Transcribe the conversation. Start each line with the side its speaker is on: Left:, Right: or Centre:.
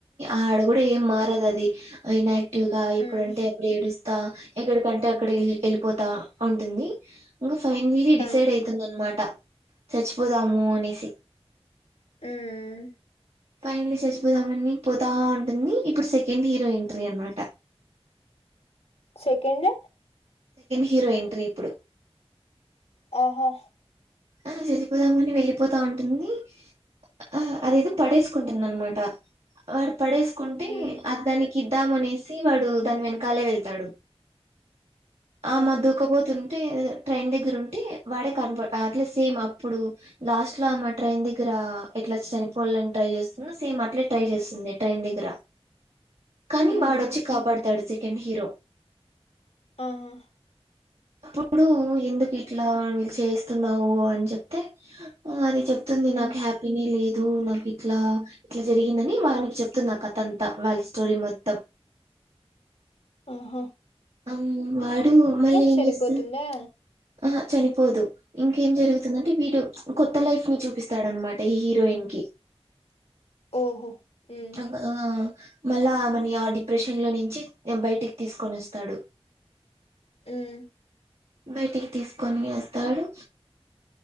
Right: ఆడు కూడా ఏం మారదు అది అయినా ఇటుగా ఇప్పుడంటే
Left: ఉమ్
Right: అప్పుడు ఏడుస్తా తా ఎక్కడికంటే అక్కడ వెళ్ళిపోతా ఉంటుంది ఇంకా ఫైనల్లీ డిసైడ్
Left: ఆ
Right: అవుతుందనమాట చచ్చిపోదాము అనేసి
Left: ఉమ్
Right: ఫైనలీ చచ్చిపోదామని పోతా ఉంటుంది ఇప్పుడు సె కెండ్ హీరో ఎంట్రీ అనమాట
Left: సెకండ్
Right: సెకండ్ హీరో ఎంట్రీ ఇప్పుడు
Left: అహా
Right: ఆ చచ్చిపోదాం అని వెళ్ళిపోతా ఉంటుంది ఆ అదేదో పడేసుకుంటుంది అన్నమాట వాడు పడేసుకుంటే
Left: ఉమ్
Right: అ దాని కిిద్దామనేసి వాడు దాని వెనకాలే వెళ్తాడు ఆమ
Left: ఆ
Right: దూక బోతుం టే ట్రైన్ దగ్గర ఉంటే వాడే కనప అట్లా సేమ్ అప్పుడు లాస్ట్ లో ఆమా ట్రైన్ దగ్గర ఎట్లా చనిపోవాలని ట్రై చేస్తుందో సేమ్ అట్లే ట్రై చేస్తుంది ట్రైన్ దగ్గర కానీ
Left: ఉమ్
Right: వాడొచ్చి కాపాడతాడు సె కండ్ హీరో
Left: అహా
Right: అప్పుడు ఎందుకు ఇట్లా వీళ్లు చే స్తునవు అని చెప్తే అది చెప్ తుంది
Left: ఉమ్
Right: నాకు హ్యాపీనే లే దు నాకు ఇట్లా ఇట్లా జరిగిందని వానికి చెప్తుంది ఆ కథ అంతా వాళ్ల స్టోరీ మొత్తం
Left: అహా
Right: అవును వాడు మళ్లీ ఏం
Left: చనిపోతుందా
Right: చేస్తారు అహా చనిపోదు ఇంకేం జరుగుతుందంటే వీడు కొత్త లైఫ్ ని చూపిస్తాడన్నమాట ఈ హీరోయిన్ కి
Left: ఓహో ఉమ్
Right: అగా ఆ మళ్లా ఆమెని ఆ డిప్రెషన్ లో నుంచి బయటికి తీసుకొని వస్ స్తడు
Left: మ్మ్
Right: బయటికి తీసుకొని వస్తాడు